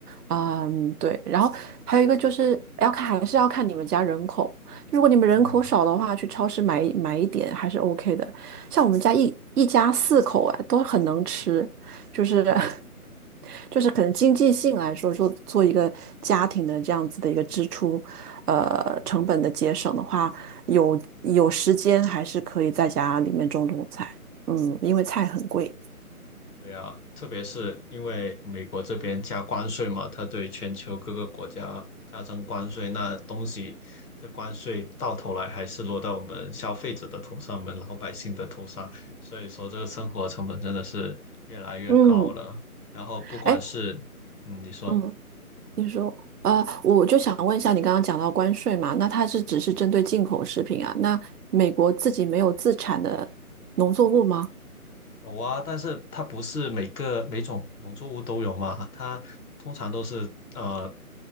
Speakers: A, on the right; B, on the left.
A: 嗯，对。然后还有一个就是要看，还是要看你们家人口。如果你们人口少的话，
B: 嗯
A: 去超市买一买一点还是 OK 的。像我们家一一家四口啊，都很能吃。就是 <laughs>
B: 嗯
A: 就是可能经济性来说，说做一个家庭的这样子的一个支出，呃，
B: 嗯，
A: 成本的节省的话，有有时间还是可以在家里面种种菜，嗯，因为菜很贵，
B: 对啊，特别是因为美国这边加关税嘛，它对全球各个国家加征关税，那东西这关税到头来还是落到我们消费者的头上，我们老百姓的头上，所以说这个生活成本真的是越来越高了。
A: 嗯，
B: 然后不管是嗯，
A: 哎，
B: 你说。
A: 嗯，你说，呃，我就想问一下，你刚刚讲到关税嘛，那它是只是针对进口食品啊？那美国自己没有自产的农作物吗？
B: 有啊，但是它不是每个每种农作物都有嘛，它通常都是呃